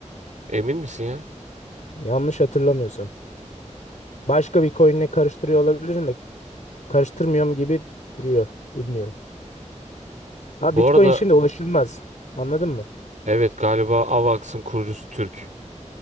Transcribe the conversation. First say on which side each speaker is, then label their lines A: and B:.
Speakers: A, on the right; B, on the left.
A: Emin misin ya?
B: Yanlış hatırlamıyorsam. Başka bir coin'le karıştırıyor olabilirim de karıştırmıyorum gibi duruyor. Bilmiyorum. Ha
A: Bu
B: Bitcoin
A: arada
B: şimdi ulaşılmaz. Anladın mı?
A: evet galiba AVAX'ın kurucusu Türk.